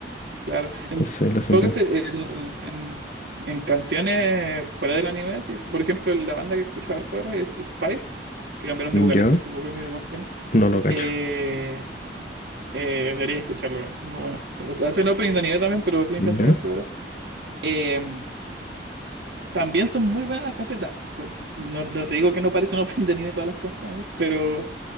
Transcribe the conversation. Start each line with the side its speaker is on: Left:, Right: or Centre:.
Right: Claro.
Left: Entonces
Right: En
Left: la hacen
Right: todo
Left: bien.
Right: caso, el- en, en canciones fuera del anime, así por ejemplo, la banda que escucho harto ahora es Spire, que cambiaron de vocalista
Left: ¿Ya?
Right: hace poco, me dio más pena.
Left: No lo cacho.
Right: Eh, eh, debería escucharlo, son muy buenos. O sea, hacen opening de anime también, pero tienen
Left: ¿Ya?
Right: canciones ahora. Eh, también son muy buenas las canciones. ta- pu- No, no te digo que no parecen <laughs> opening de anime todas las canciones, pero,